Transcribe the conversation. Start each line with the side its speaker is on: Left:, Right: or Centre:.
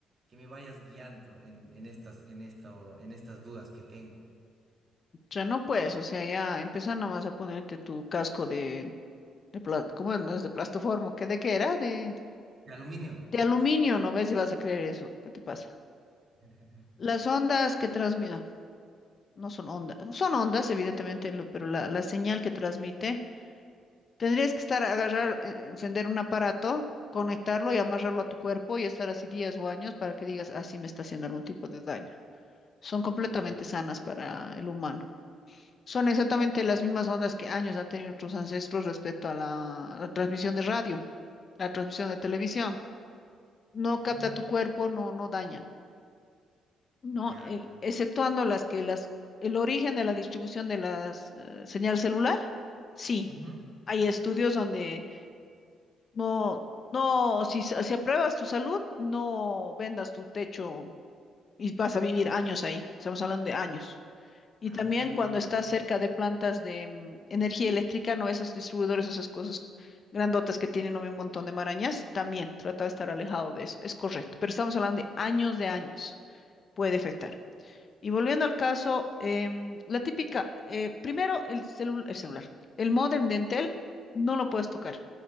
Right: que me vayas guiando en, en estas, en esto, en estas dudas que tengo.
Left: Ya no puedes, o sea, ya empieza nomás a ponerte tu casco de, de pla- ¿cómo no es de plastoformo? ¿Qué de qué era? De,
Right: De aluminio.
Left: de aluminio, no ves si vas a creer eso. ¿Qué te pasa?
Right: <laughs>
Left: Las ondas que transmiten no son ondas, son ondas, evidentemente, lo- pero la, la señal que transmite, tendrías que estar a agarrar, eh, encender un aparato, conectarlo y amarrarlo a tu cuerpo y estar así días o años para que digas, así me está haciendo algún tipo de daño. Son completamente
Right: Ya.
Left: sanas para el humano. Son exactamente las mismas ondas que años han tenido nuestros ancestros respecto a la, la transmisión de radio, la transmisión de televisión. No
Right: Ah,
Left: capta tu cuerpo, no, no daña, ¿no?
Right: ya.
Left: Eh, exceptuando las que las, el origen de la distribución de las eh, señal celular, sí.
Right: Ujú.
Left: Hay estudios donde no, no, si, s- si apruebas tu salud, no vendas tu techo y vas a vivir años ahí. Estamos hablando de años. Y
Right: Ah,
Left: también cuando estás cerca de plantas de mm, energía eléctrica, no esos distribuidores, esas cosas grandotas que tienen ¿no? un montón de marañas, también trata de estar alejado de eso. Es correcto, pero estamos hablando de años de años, puede afectar. Y volviendo al caso, em, la típica, eh, primero el celu- el celular, el módem de Entel no lo puedes tocar